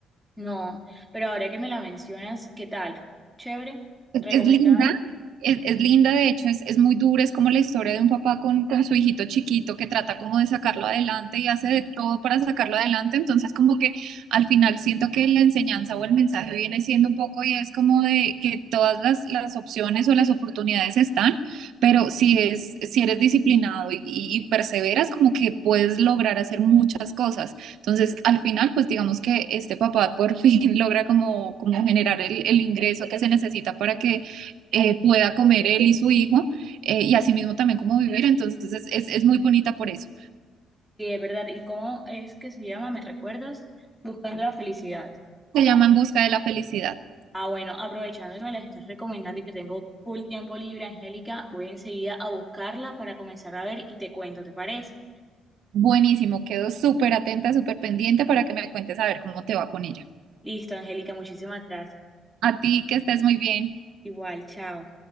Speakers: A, in the centre; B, on the right.
A: no, pero ahora que me la mencionas, ¿qué tal? Chévere,
B: Es,
A: recomendada.
B: es linda, es, es linda, de hecho, es, es muy dura, es como la historia de un papá con, con su hijito chiquito que trata como de sacarlo adelante y hace de todo para sacarlo adelante, entonces como que al final siento que la enseñanza o el mensaje viene siendo un poco y es como de que todas las, las opciones o las oportunidades están, pero si es, si eres disciplinado y, y perseveras, como que puedes lograr hacer muchas cosas. Entonces, al final, pues digamos que este papá por fin <laughs> logra como, como generar el, el ingreso que se necesita para que eh, pueda comer él y su hijo eh, y asimismo también como vivir. Entonces, es, es, es muy bonita por eso.
A: Sí, es verdad. ¿Y cómo es que se llama? ¿Me recuerdas? Buscando la felicidad.
B: Se llama En Busca de la Felicidad.
A: Ah, bueno, aprovechando que me las estás recomendando y que tengo full tiempo libre, Angélica, voy enseguida a buscarla para comenzar a ver y te cuento, ¿te parece?
B: Buenísimo, quedo súper atenta, súper pendiente para que me cuentes a ver cómo te va con ella.
A: Listo, Angélica, muchísimas gracias.
B: A ti, que estés muy bien.
A: Igual, chao.